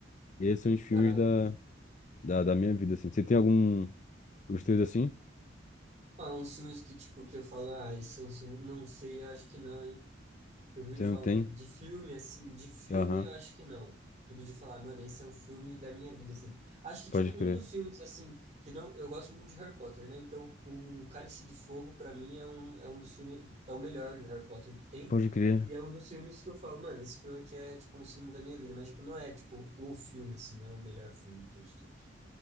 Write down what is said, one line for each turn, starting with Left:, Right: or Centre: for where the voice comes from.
Left: Esses são os filmes
Right: Caralho.
Left: da, da, da minha vida, assim. Você tem algum... Os teus, assim?
Right: Ah, uns filmes que, tipo, que eu falo, ah, esse é um não sei, eu acho que não, hein? que eu viro
Left: Você
Right: falar
Left: não tem?
Right: de filme, assim, de filme
Left: Aham,
Right: eu acho que não. Tipo, de falar, mano, esse é o filme da minha vida, assim. Acho que,
Left: pode
Right: tipo,
Left: crer.
Right: um dos filmes, assim, que não. Eu gosto muito de Harry Potter, né? Então, o Cálice de Fogo, pra mim, é um, é um dos filmes. É o melhor Harry Potter que tem.
Left: Pode crer.
Right: E é um dos filmes que eu falo, mano, esse filme aqui é, tipo, um filme da minha vida. Mas, tipo, não é, tipo, o filme, assim, não é o melhor filme de todos os tempos.